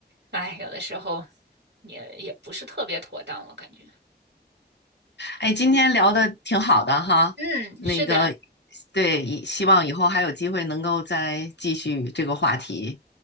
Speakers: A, on the right (about 75°); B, on the left (about 80°).
A: 哎，有的时候也也不是特别妥当，我感觉。
B: 哎，今天聊的挺好的哈，
A: 嗯，
B: 那个，
A: 是的。好。
B: 对，以希望以后还有机会能够再继续这个话题。